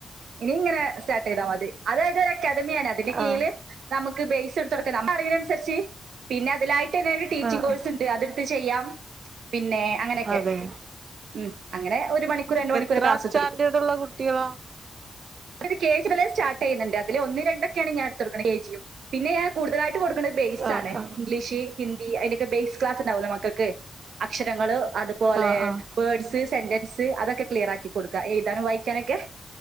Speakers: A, on the right; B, on the right.
A: ഇനി ഇങ്ങനെ സ്റ്റാർട്ട് ചെയ്താൽ മതി അതായത് ഒരു അക്കാദമിയാണ് അതിന്റെ കീഴില്
B: ആഹ്
A: നമുക്ക് ബേസ് എടുത്ത് കൊടുക്കാം നമ്മുടെ അറിവിനുസരിച്ച് പിന്നെ അതിലായിട്ട്ന്നെ ഒരു ടീച്ചിങ്
B: ആഹ്
A: കോഴ്സ് ഉണ്ട് അതെടുത്ത് ചെയ്യാം പിന്നെ അങ്ങനെയൊക്കെ
B: അതെ
A: ഉം അങ്ങനെ ഒരു മണിക്കൂർ രണ്ട് മണിക്കൂർ.
B: എത്ര
A: ക്ലാസ്
B: സ്റ്റാൻഡേർഡ്
A: എടുത്തെടുക്കും
B: ഉള്ള കുട്ടികളോ
A: <unintelligible> കെ ജി മുതൽ സ്റ്റാർട്ട് ചെയ്യുന്നുണ്ട് അതില് ഒന്ന് രണ്ടൊക്കെയാണ് ഞാൻ ഇട്തൊട്ക്ക്ണേ കെ ജിയും. പിന്നെ ഞാൻ കൂടുതലായിട്ട് കൊടുക്കുന്നത് ബേഴ്സാണ്
B: ആഹ് ആഹ്
A: ഇംഗ്ലീഷ് ഹിന്ദി അതിനൊക്കെ ബേസ് ക്ലാസ് ഉണ്ടാവല്ലോ മക്കക്ക് അക്ഷരങ്ങള് അതുപോലെ
B: ആഹ് ആഹ്
A: വേർഡ്സ് സെന്റൻസ് അതൊക്കെ ക്ലിയർ ആക്കി കൊടുക്കാ എഴുതാനും വായിക്കാനൊക്കെ